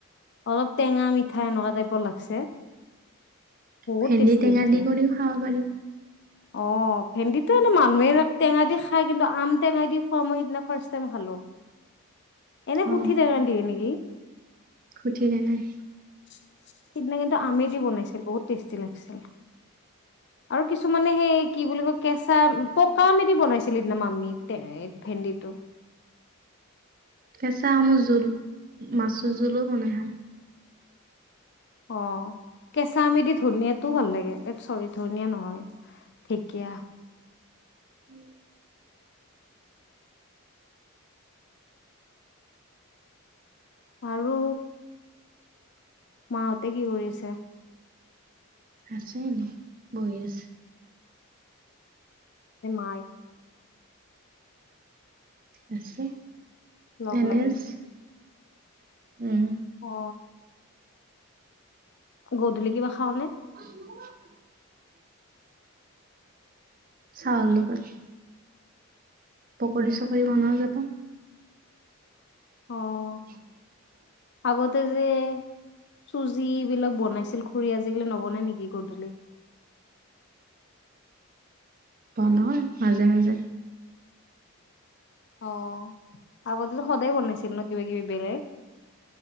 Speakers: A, on the left; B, on the right.
A: অলপ টেঙা মিঠা এনেকুৱা টাইপৰ লাগছে। বহুত
B: ভেন্দি
A: টেষ্টি
B: টেঙা
A: হৈছে
B: দি কৰিও খাব পাৰি।
A: অ ভেন্দিটো এনে মানুহে টেঙা দি খাই কিন্তু আম টেঙা দি খোৱা মই সিদিনা ফাৰচ টাইম খালো। এনে সুঠি
B: অ
A: টেঙা দিয়ে নেকি?
B: খুঠি টেঙাৰ।
A: <inaudible> সিদিনা কিন্ত আমেদি বনাইছিল বহুত টেষ্টি লাগছিল আৰু কিছুমানে সেই কি বুলি কয় কেঁচা পকা আমদি বনাইছিল মামি ভেনদি তো।
B: কেঁচা আমৰ জোল মাছুৰ জোলো বনাই খায়।
A: অ কেঁচা আমেদি ধনিয়াতো টোৱ ভাল লাগে চৰি ধনিয়া নহয় ঢেকীয়া।
B: <inaudible>
A: আৰু মাহঁতে কি কৰি আছে?
B: আছে নাই? বহি আছে।
A: মাই
B: আছে।
A: লগ
B: এনে
A: লাগি
B: আছে। উম।
A: অ। গধূলি কিবা খাওঁনে?
B: <inaudible> চাহৰ লগত। পকৰী চকৰি বনোৱা যাব।
A: অ।
B: <inaudible>
A: আগতে যে চুজি বিলাক বনাইছিল খুৰী আজিকালি নবনাই নেকি গধূলি?
B: বনয় মাজে মাজে।
A: অ আগতেতো সদায় বনাইছিল ন কিবা কিবি বেলেগ?